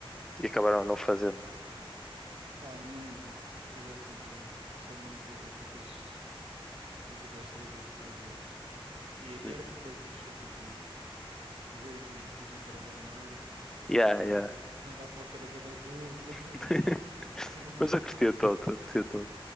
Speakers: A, in the centre; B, on the right.
A: e acabaram não fazendo.
B: Pá, não me lembro. Por acaso não me lembro. Eu só me lembro de- daqueles. Todos aqueles trazer os poderes deles. E,
A: Uhum.
B: e era tipo, é clichê, tipo, o, o gajo inteligente era bué nerd,
A: Yeah,
B: o
A: yeah.
B: gajo bué da forte era bué da burro. <laughs>
A: <laughs>
B: Era muito
A: Mas eu
B: engraçado.
A: curti todo, eu curti todo.